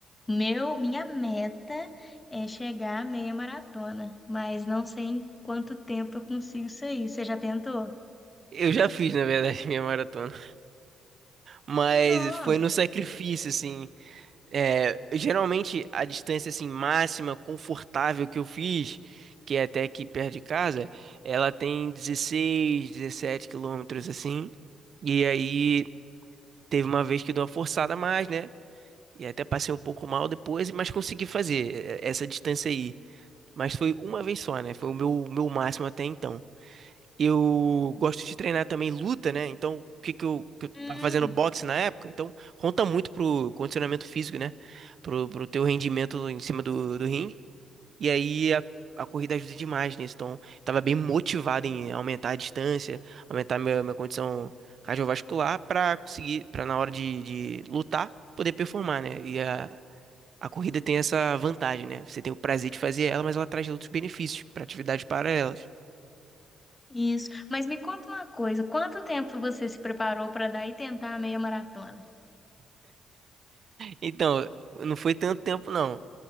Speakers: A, on the left; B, on the right.
A: meu, minha meta. É chegar à meia maratona, mas não sei em quanto tempo eu consigo sair. Você já tentou?
B: Eu já fiz, na verdade, <laughs> minha maratona. Mas
A: Nossa!
B: foi no sacrifício, assim. É, geralmente a distância assim máxima confortável que eu fiz, que é até aqui perto de casa, ela tem 16, 17 quilômetros assim. E aí teve uma vez que deu uma forçada a mais, né? E até passei um pouco mal depois, mas consegui fazer é, essa distância aí. Mas foi uma vez só, né? Foi o meu, meu máximo até então. Eu gosto de treinar também luta, né? Então, o que que eu, que eu
A: Hum,
B: tava fazendo boxe na época? Então, conta muito pro condicionamento físico, né? Pro, pro teu rendimento em cima do, do ringue. E aí a, a corrida ajuda demais nisso. Então, eu tava bem motivado em aumentar a distância, aumentar minha, minha condição cardiovascular pra conseguir, pra na hora de, de lutar, poder performar, né? E a, a corrida tem essa vantagem, né? Você tem o prazer de fazer ela, mas ela traz outros benefícios pra atividades paralelas.
A: isso. Mas me conta uma coisa, quanto tempo você se preparou para dar e tentar a meia maratona?
B: Então, não foi tanto tempo, não. O